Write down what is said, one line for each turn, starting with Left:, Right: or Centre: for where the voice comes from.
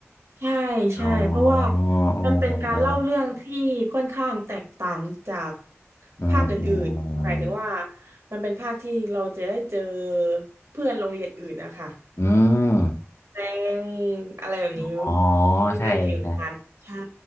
Right: ใช่ใช่เพราะว่า
Left: อ๋ออ๋ออ๋ออ๋อ
Right: มันเป็นการเล่าเรื่องที่ค่อนข้างแตกต่างจาก
Left: อืมอื
Right: ภาคอื่นๆหมายถึงว่า
Left: ม
Right: มันเป็นภาคที่เราจะได้เจอเพื่อนโรงเรียนอื่นนะคะ
Left: อืม
Right: แรงอะไรแบบนี้
Left: อ๋อ
Right: เป็นการแข่งขัน
Left: ใช่ใช่
Right: ใช่